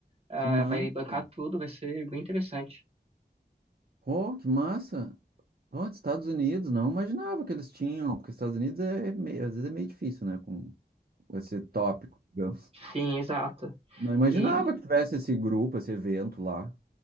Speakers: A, on the right; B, on the right.
A: ah,
B: que massa.
A: vai bancar tudo, vai ser bem interessante.
B: Oh, que massa. Oh, dos Estados Unidos, não imaginava que eles tinham, porque os Estados Unidos é meio, às vezes é meio difícil, né, com esse tópico, digamos.
A: Sim, exato.
B: Não imaginava
A: E,
B: que tivesse esse grupo, esse evento lá.